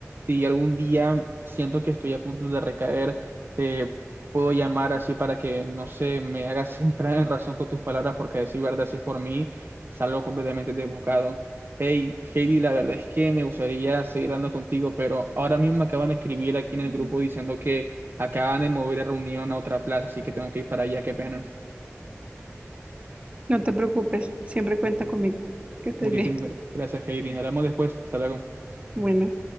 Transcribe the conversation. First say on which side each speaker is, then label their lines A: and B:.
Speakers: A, on the right (about 45°); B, on the right (about 25°).
A: si algún día siento que estoy a punto de recaer, te puedo llamar así para que, no sé, me hagas <laughs> entrar en razón con tus palabras, porque a decir verdad, si es por mí, salgo completamente desbocado. Hey, Heidi, la verdad es que me gustaría seguir hablando contigo, pero ahora mismo me acaban de escribir aquí en el grupo diciendo que acaban de mover la reunión a otra plaza, así que tengo que ir para allá, qué pena.
B: No te preocupes, siempre cuenta conmigo. Que estés
A: Muchísimas
B: bien.
A: gracias, Heidi. Hablamos después. Hasta luego.
B: Bueno.